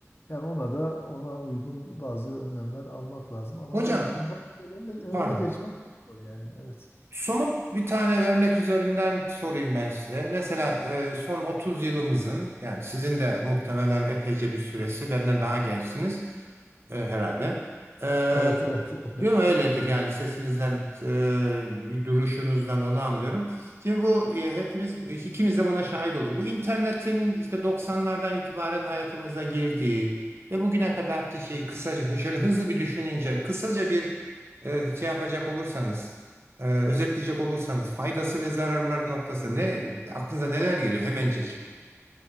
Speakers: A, on the left; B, on the right.
A: yani ona da ona uygun bazı önlemler almak lazım ama
B: Hocam,
A: dediğim gibi bazı şeylerin de önüne
B: pardon.
A: geçmek çok zor yani evet.
B: Somut bir tane örnek üzerinden sorayım ben size. Mesela e, son 30 yılımızın yani sizin de muhtemelen epeyce bir süresi benden daha gençsiniz. E, herhalde. E,
A: Evet evet. <laughs>
B: diyorum öyledir yani sesinizden, e, duruşunuzdan onu anlıyorum. Şimdi bu e, hepimiz, ikimiz de buna şahit olduk. Bu internetin işte 90'lardan itibaren hayatımıza girdiği ve bugüne kadarki şeyi kısaca, şöyle hızlı bir düşününce, kısaca bir e, şey yapacak olursanız, e, özetleyecek olursanız faydası ve zararları noktası ne, aklınıza neler geliyor hemencecik?